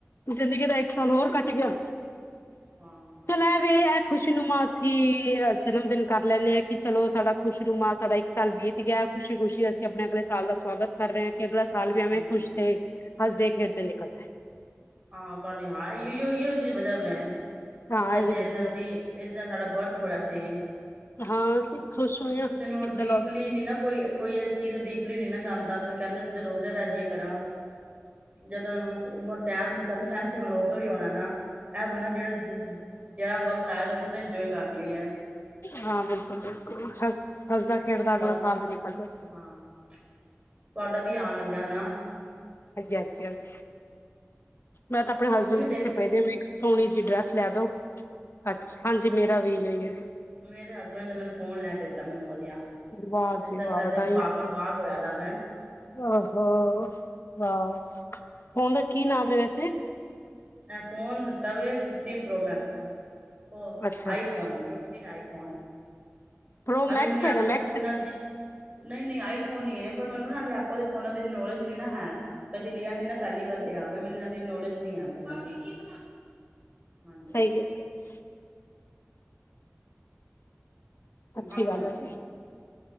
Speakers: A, on the left; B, on the right.
A: ਜ਼ਿੰਦਗੀ ਦਾ ਇੱਕ ਸਾਲ ਹੋਰ ਘੱਟ ਗਿਆ।
B: ਹਾਂ
A: ਚਲੋ ਹੈ ਵੀ ਐ ਖੁਸ਼ਨੁਮਾ ਸੀ। ਕੀ ਜਨਮ ਦਿਨ ਕਰ ਲੈਂਦੇ ਆ, ਕਿ ਚਲੋ ਸਾਡਾ ਖੁਸ਼ਰੂਮਾ ਸਾਡਾ ਇੱਕ ਸਾਲ ਬੀਤ ਗਿਆ। ਖੁਸ਼ੀ-ਖੁਸ਼ੀ ਅਸੀਂ ਆਪਣੇ ਅਗਲੇ ਸਾਲ ਦਾ ਸਵਾਗਤ ਕਰ ਰਹੇ ਹਾਂ, ਕਿ ਅਗਲਾ ਸਾਲ ਵੀ ਐਵੇਂ
B: ਹੂੰ
A: ਖੁਸ਼ ਰਹੇ। ਹੱਸਦੇ- ਖੇਡਦੇ ਲਿਕਲ ਜਾਏ।
B: ਹਾਂ ਤੁਹਾਡੀ ਹਾਂ, ਏਹੀ ਓ ਚੀਜ਼ ਵਜਾ ਹੋ ਕਿ
A: ਹਾਂ ਇਹੀ
B: ਅਸੀਂ
A: ਵਜ੍ਹਾ
B: ਇਸ ਦਿਨ
A: ਹੋਈ
B: ਅਸੀਂ ਇਦਾ ਸਾਡਾ ਬਰਥ ਹੋਇਆ ਸੀ।
A: ਹਾਂ ਅਸੀਂ ਖੁਸ਼
B: ਹੁਣ
A: ਹੋਏ
B: ਕਿਸੇ
A: ਹਾਂ ਕਿ
B: ਨੂੰ
A: ਚਲੋ
B: ਡੀਪਲੀ ਨੀ ਨਾ ਕੋਈ ਕੋਈ ਇਹ ਚੀਜ਼ ਤੇ ਡੀਪਲੀ ਨਹੀਂ ਨਾ ਜਾਂਦਾ। ਤੇ ਕਹਿੰਦੇ ਸੀ ਤੇ ਰੋਂਦੇ ਰਹਿ ਜਈਏ ਫੇਰਾਂ। ਜਦੋਂ ਉਮਰ ਟੈਮ ਨਿਕਲਣਾ ਤੇ ਹੁਣ ਉਦੋਂ ਹੀ ਆਉਣਾ ਨਾ, ਇਹ ਥੋੜਾ ਨਾ ਜਿਹੜਾ। ਜਿਹੜਾ ਵਕਤ ਆਇਆ ਤਾਂ ਉਹਨੂੰ ਤਾਂ ਇੰਜੋਏ ਕਰ ਲਈਏ।
A: ਹਾਂ ਬਿਲਕੁਲ-ਬਿਲਕੁਲ ਹਸ ਹੱਸਦਾ- ਖੇਡਦਾ
B: ਬਸ
A: ਅਗਲਾ ਸਾਲ ਵੀ ਨਿਕਲ ਜਾਣੇ।
B: ਹਾਂ, ਤੁਹਾਡਾ ਵੀ ਆਉਣ ਲੱਗਾ ਹੈਨਾ।
A: ਯਸ-ਯਸ ਮੈਂ ਤਾਂ ਆਪਣੇ
B: ਤੁਸੀਂ
A: ਹਸਬੈਂਡ
B: ਵੀ ਤੇਤੀ
A: ਪਿੱਛੇ ਪਏਦੇ ਬ ਸੋਹਣੀ ਜਿਹੀ ਡਰੈਸ ਲੈ ਦੋ। ਅੱਛਾ ਹਾਂਜੀ ਮੇਰਾ ਵੀ ਇਹੀਓ ਹੈ।
B: ਮੇਰੇ ਹਸਬੈਂਡ ਨੇ ਮੈਨੂੰ ਫੋਨ ਲੈ ਕੇ ਦਿੱਤਾ ਮੈਨੂੰ ਵਧੀਆ।
A: ਵਾਹ
B: ਇਸ
A: ਜੀ
B: ਟੇਮ
A: ਵਾਹ
B: ਮੇਰਾ
A: ਵਧਾਈਆਂ
B: ਦਿਲ ਬਾਗਮ
A: ਜੀ
B: ਬਾਗ ਹੋਇਆ ਦਾ ਵੈਂ।
A: ਆਹੋ, ਵਾਹੋ, ਫੋਨ ਦਾ ਕੀ ਨਾਮ ਹੈ ਵੈਸੇ?
B: ਐ ਫੋਨ ਲਿੱਤਾ ਵੇ, ਫਿਫਟੀਨ ਪ੍ਰੋ ਮੈਕਸ ਦਾ, ਉਹ
A: ਅੱਛਾ
B: ਆਈ
A: ਅੱਛਾ
B: ਫੋਨ। ਟੀਨ ਆਈਫੋਨ।
A: ਪ੍ਰੋ
B: ਹਾਲੇ
A: ਮੈਕਸ
B: ਮੈਨੂੰ
A: ਹੈਗਾ
B: ਐਪਲ
A: ਮੈਕਸ
B: ਦੇ ਫੋਨਾਂ ਦੀ। ਨਹੀਂ-ਨਹੀਂ ਆਈ ਫੋਨ ਹੀ ਹੈ, ਪਰ ਮੈਨੂੰ ਨਾ ਹਾਲੇ ਐਪਲ ਦੇ ਫੋਨਾਂ ਦੀ ਇਨੀ ਨੌਲੇਜ ਨਹੀਂ ਨਾ ਹੈ। ਕਦੀ ਲਿਆ ਨੀ ਨਾ, ਪਹਿਲੀ ਵਾਰ ਲਿਆ। ਫੇਰ ਮੈਨੂੰ ਇਨੀੱ ਨੌਲੇਜ ਨਹੀਂ ਆ ਫੋਨਾ ਦੀ। ਹਾਂਜੀ
A: ਸਾਂਹੀ ਕਹਾ ਹੈ ਸਹੀ। ਹੈ, ਅੱਛੀ
B: ਹਾਂ ਪੂਜਾ
A: ਗੱਲ ਆ ਜੀ।